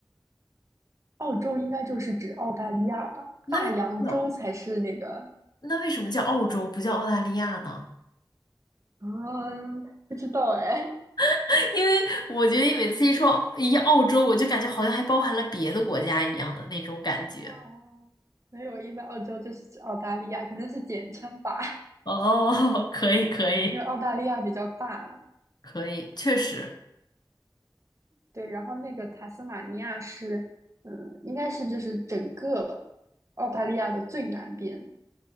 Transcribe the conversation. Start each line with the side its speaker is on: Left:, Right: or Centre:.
Right: 澳洲应该就是指澳大利亚吧？
Left: 那为什么叫
Right: 大洋洲才是那个
Left: 那为什么叫澳洲不叫澳大利亚呢？
Right: 啊，不知道哎。
Left: <laughs> 因为我觉得每次一说一澳洲，我就感觉好像还包含了别的国家一样的那种感觉。
Right: 哦，没有，一般澳洲就是指澳大利亚，可能是简称吧，
Left: 哦，<laughs> 可以可以
Right: <laughs> 因为澳大利亚比较大。
Left: 可以，确实
Right: 对，然后那个塔斯马尼亚是，嗯，应该是就是整个澳大利亚的最南边。